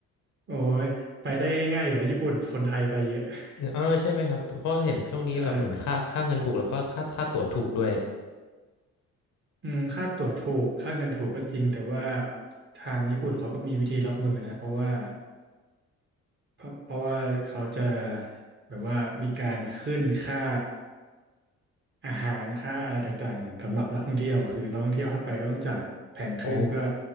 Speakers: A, on the right (about 40°); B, on the left (about 70°).
A: โอ้ยไปได้ง่ายๆอยู่แล้วญี่ปุ่นคนไทยไปเยอะ
B: <laughs>
A: <laughs>
B: เออใช่ไหมครับเพราะว่าเห็นช่วงนี้แบบเหมือนค่าค่าเงินถูกแล้วก็ค่าค่าตั๋วถูกด้วย
A: ใช่ อืมค่าตั๋วถูกค่าเงินถูกก็จริงแต่ว่าทางญี่ปุ่นเขาก็มีวิธีรับมือนะเพราะว่าเพราะเพราะว่าเขาจะแบบว่ามีการขึ้นค่าอาหารค่าอะไรต่างๆสำหรับนักท่องเที่ยวคือนักท่องเที่ยวเข้าไปก็ต้องจ่ายแพงขึ้นเพื่อ
B: โอ้